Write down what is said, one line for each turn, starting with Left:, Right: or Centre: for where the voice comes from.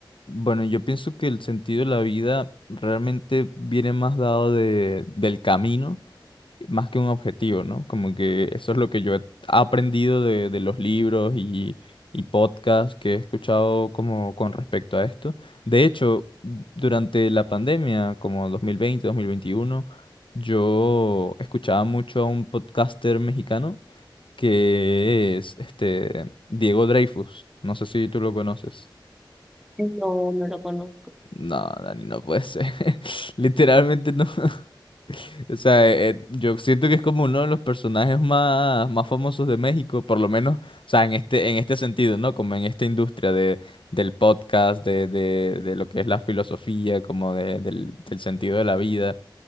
Left: Bueno, yo pienso que el sentido de la vida realmente viene más dado de, del camino, más que un objetivo, ¿no? Como que eso es lo que yo he aprendido de, de los libros y, y podcasts que he escuchado como con respecto a esto. De hecho, durante la pandemia, como 2020, 2021, yo escuchaba mucho a un podcaster mexicano que es este Diego Dreyfus. No sé si tú lo conoces.
Centre: No, no lo conozco.
Left: No, Dani, no puede ser. <laughs> Literalmente no. <laughs> O sea, eh, eh, yo siento que es como uno de los personajes más, más famosos de México, por lo menos, o sea, en este, en este sentido, ¿no? Como en esta industria de, del podcast, de, de, de lo que es la filosofía, como de- del, del sentido de la vida.